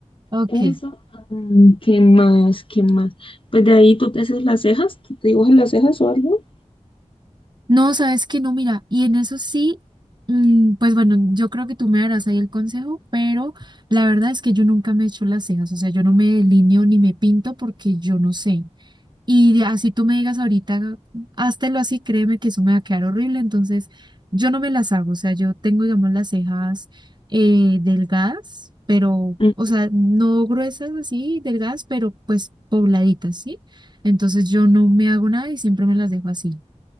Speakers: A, on the right (about 35°); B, on the left (about 45°).
A: Ok.
B: Eso, mm, ¿qué más? ¿Qué más? Pues de ahí tú te haces las cejas, tú te dibujas las cejas o algo.
A: No, sabes que no, mira, y en eso sí, mm, pues bueno, yo creo que tú me darás ahí el consejo, pero la verdad es que yo nunca me he hecho las cejas, o sea, yo no me delineo ni me pinto porque yo no sé. Y de- así tú me digas ahorita, háztelo así, créeme que eso me va a quedar horrible. Entonces, yo no me las hago. O sea, yo tengo, digamos, las cejas eh, delgadas, pero,
B: Mm,
A: o sea, no gruesas así, delgadas, pero pues pobladitas, ¿sí? Entonces, yo no me hago nada y siempre me las dejo así.